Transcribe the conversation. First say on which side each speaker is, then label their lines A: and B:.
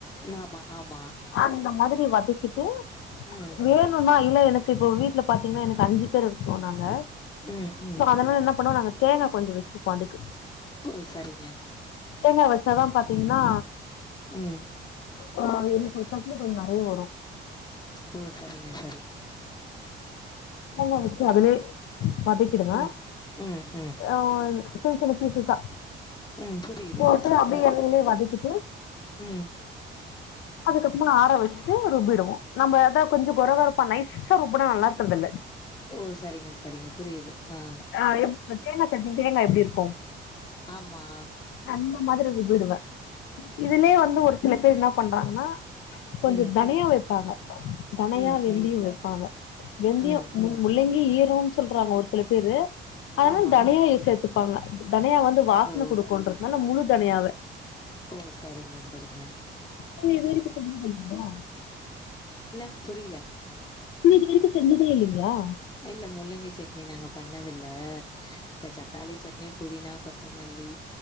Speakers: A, on the left; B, on the left.
A: ம் ஆம்மா ஆம்மா
B: அந்த மாதிரி வதக்கிட்டு
A: ம்
B: வேணுன்னா இல்ல எனக்கு இப்போ வீட்ல பாத்தீங்கன்னா எனக்கு அஞ்சுபேர் இருக்கோநாங்க
A: ம் ம்
B: சோ அதனால என்னபண்ணுவ நாங்க தேங்கா கொஞ்சொ வச்சுப்ப அதுக்கு
A: ஓ சரிங்க
B: தேங்கா வச்சாதா பாத்தீங்கன்னா
A: உம்
B: ஓ என்ன எண்ணெ சேத்தாப்ல கொஞ்சொ நெறைய வரூ
A: ஓ சரிங்க சரிங்க
B: தேங்கா வெச்சு அதுலே வதிக்கிடுவ
A: ம் ம் ம்
B: அ சின்சின்ன பீசசா
A: ம் புரியுது
B: போட்டு அப்டி
A: ம்
B: எண்ணெய்லே வதக்கிட்டு
A: ம்
B: அதுக்கப்புறம் ஆற வச்ட்டு ருபிடுவோ நம்ப அத கொஞ்சொ கொறகொரப்பா நைஸ் ஸா ருப்புனா நல்லாருக்கற்துல்ல
A: ஓ சரிங்க சரிங்க புரியுது அ
B: ஆ எப்ப தேங்கா சட்னி தேங்கா எப்டி இருக்கூ
A: ஆம்மா
B: அந்த மாதிரி ருப்பிடுவ இதுலயே வந்து ஒருசில பேர் என்னா பண்றாங்ன்னா கொஞ்சொ
A: ம்
B: தனியா வெப்பாங்க தனயா
A: ம்
B: வெந்தியொ
A: ம்
B: வெப்பாங்க வெந்தியொ
A: ம்
B: முன்
A: ம்
B: முள்ளங்கி ஈரோன்சொல்றாங்க ஒரு சிலபேரு அதனால்
A: ஆமா
B: தனியா இது சேத்துப் ப்பாங்க தனியா வந்து வாஸ்ன
A: ஓ
B: குடுக்கன்றத்னால முழு தனியாவ
A: ஓ சரிங்க சரிங்க
B: நீங்க இதுவரிக்கு செஞ்சதுல்லிங்ளா
A: என்னக்கு புரியல
B: முள்ளேங்கி இது வரிக்கு செஞ்சதே இல்லைங்களா
A: இல்ல முள்ளங்கி சட்னி நாங்க பண்ணது இல்ல இந்த தக்காளி சட்னி புதினா கொத் தமல்லி